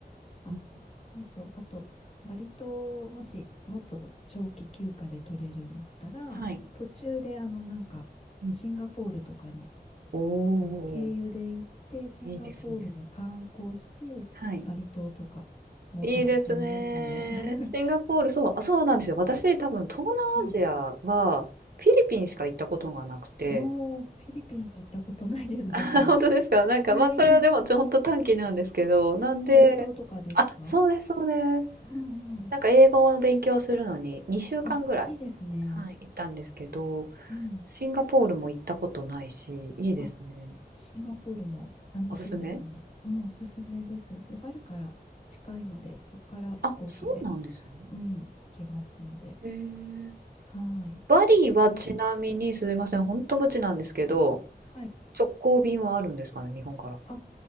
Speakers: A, on the left; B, on the right.
A: あ、
B: うん
A: そうそう。あと、バリ島をもし、もっと長期休暇で取れるんだったら、
B: はい。
A: 途中で、あの、なんか、
B: うん、
A: シンガポールとかに、
B: おお
A: あの、経由で行って、シンガポールも観光して、
B: いいですね。はい。
A: バリ島とかもおすすめですね。
B: いいですね。
A: <laughs>
B: シンガポール、そう、あそうなんですよ。私、多分、東南アジアは、
A: うん。
B: フィリピンしか行ったことがなくて。
A: おー、フィリピン行ったことないです、
B: <laughs>
A: 逆に。
B: 本当ですかなんか、
A: えー、
B: まあ、それはでも、ちょ、ほんと短期なんですけど、なんで、
A: セブ島とかですか
B: あ、そうです、そうです。
A: うんうん。
B: なんか、英語の勉強するのに、2週間ぐらい、
A: あ、いいですね。
B: はい、行ったんですけど、
A: うん。
B: シンガポールも行ったことないし、いいですね。
A: あ、シンガポールも楽しいですね。
B: おすすめ
A: うん、おすすめです。で、バリから近いので、そこから飛行機で、
B: あ、そうなんですね。
A: うん、行けますので。
B: へえ。
A: はい。
B: バリはちなみに、
A: シン
B: すいません、本当無知なんですけど、
A: はい。
B: 直行便はあるんですかね、日本から。
A: あ、